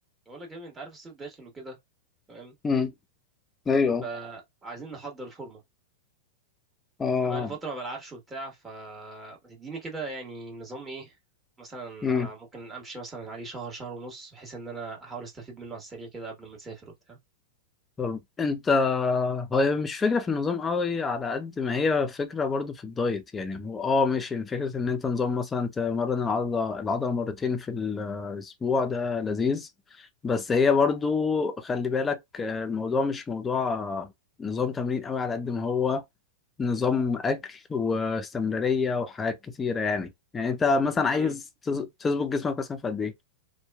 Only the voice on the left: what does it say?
امم ايوه
اه
امم
طب انت هو مش فكره في النظام قوي على قد ما هي فكره برضو في الدايت يعني هو اه ماشي يعني فكره ان انت نظام مثلا تمرن العضله العضله مرتين في الاسبوع ده لذيذ بس هي برضو خلي بالك الموضوع مش موضوع نظام تمرين قوي على قد ما هو نظام اكل واستمراريه وحاجات كتيره يعني يعني انت مثلا
عايز تز- تظبط جسمك مثلا في قد ايه